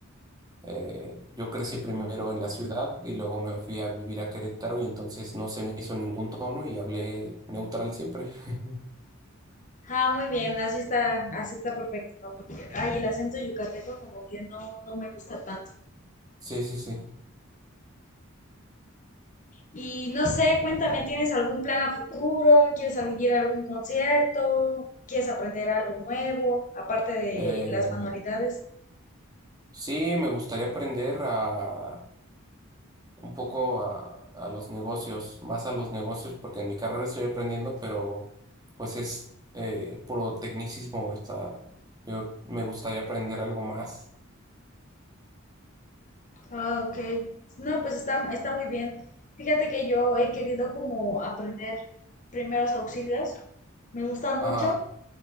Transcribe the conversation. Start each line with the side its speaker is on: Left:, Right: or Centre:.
Right: eh, yo crecí primero en la ciudad y luego me fui a vivir a Querétaro y entonces no se me hizo ningún tono y hablé neutral siempre. <laughs>
Left: Ah, muy bien, así está, así está perfecto, ¿no? Porque, ay, el acento yucateco como que no, no me gusta tanto.
Right: Sí, sí, sí.
Left: Y no sé, cuéntame, ¿tienes algún plan a futuro? ¿Quieres salir a algún concierto? ¿Quieres aprender algo nuevo, aparte de
Right: Eh,
Left: las manualidades?
Right: sí, me gustaría aprender a un poco a, a los negocios, más a los negocios, porque en mi carrera estoy aprendiendo, pero pues es eh, puro tecnicismo. Está, yo me gustaría aprender algo más.
Left: Ah, ok. No, pues está, está muy bien. Fíjate que yo he querido como aprender primeros auxilios. Me gusta mucho
Right: Ajá,